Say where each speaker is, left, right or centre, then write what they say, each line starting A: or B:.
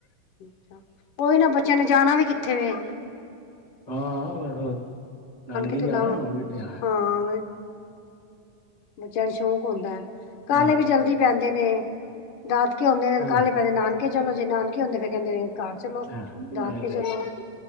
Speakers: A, on the left; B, on the left.
A: ਅੱਛਾ ਓਈ ਨਾ ਬੱਚਿਆਂ ਨੇ ਜਾਣਾ ਵੀ ਕਿੱਥੇ ਵੇ।
B: ਹਾਂ-ਹਾਂ ਨਾਨਕੇ
A: ਤੇ
B: ਈ ਜਾਣਾ
A: ਨਾ
B: ਹੋਰ ਕਿੱਥੇ ਜਾਣਾ?
A: ਹਾਂ ਬੱਚਿਆਂ ਨੂੰ ਸ਼ੌਕ ਹੁੰਦਾ, ਕਾਲੇ
B: ਹੂੰ
A: ਵੀ ਜਲਦੀ ਪੈਂਦੇ ਨੇ। ਦਾਦਕੇ ਹੋਂਦੇ
B: ਹਾਂ
A: ਕਾਲੇ ਪੇ ਜਾਂਦੇ ਨਾਨਕੇ ਚਲੋ ਜੀ, ਨਾਨਕੇ ਹੁੰਦੇ ਫੇਰ ਕੈਂਦੇ ਘਾਰ ਚਲੋ
B: ਹਾਂ
A: ਦਾਦਕੇ
B: ਆਏ ਦੇ।
A: ਚਲੋ,
B: ਹੂੰ,